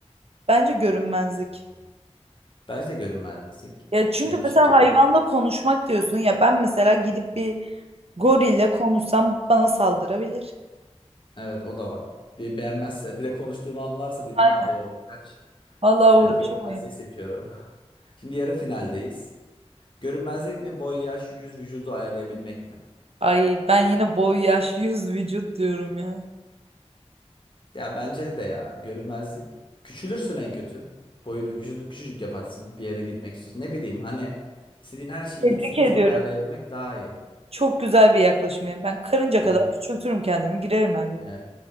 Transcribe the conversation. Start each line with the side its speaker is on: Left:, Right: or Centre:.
Right: Bence görünmezlik.
Left: Bence de görünmezlik.
Right: Ya çünkü
Left: Net bir
Right: mesela
Left: şekilde.
Right: hayvanla konuşmak diyorsun ya ben mesela gidip bir gorille konuşsam bana saldırabilir.
Left: Evet o da var. Bir beğenmezse bir de konuştuğunu anlarsa dilini
Right: Hayır.
Left: abo. Kaç.
Right: Vallahi
Left: Evet
Right: uğraşamayız.
Left: görünmezliği seçiyorum. <laughs> Şimdi yarı finaldeyiz. Görünmezlik mi boy yaş yüz vücudu ayarlayabilmek mi?
Right: Ay ben yine boy, yaş, <laughs> yüz, vücut diyorum ya.
Left: Ya bence de ya görünmezlik. Küçülürsün en kötü. Boyunu vücudunu küçücük yaparsın bir yere gitmek istiyorsun. Ne bileyim hani istediğin her şeyi
Right: Tebrik
Left: istediğin
Right: ediyorum.
Left: zaman ayarlayabilmek daha iyi.
Right: Çok güzel bir yaklaşım yani. Ben karınca kadar
Left: Evet,
Right: küçültürüm kendimi, girerim her yere.
Left: evet,